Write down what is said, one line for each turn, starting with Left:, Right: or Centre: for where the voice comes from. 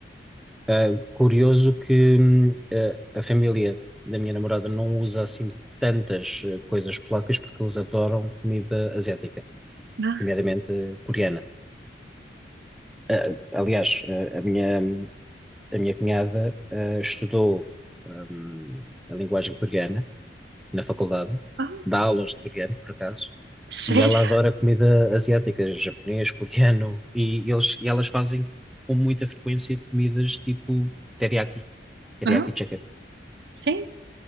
Centre: Ah, curioso que hum, a a família da minha namorada não usa assim tantas eh, coisas polacas porque eles adoram comida asiática,
Right: Ah,
Centre: nomeadamente eh, coreana. Ah, aliás, eh, a minha, a minha cunhada eh, estudou hum, a linguagem coreana na faculdade,
Right: ah,
Centre: dá aulas de coreano, por acaso,
Right: sério?
Centre: e ela adora comida asiática, japonês, coreano, e, eles, e elas fazem com muita frequência comidas tipo teriyaki, teriyaki
Right: Ah,
Centre: chicken.
Right: sim.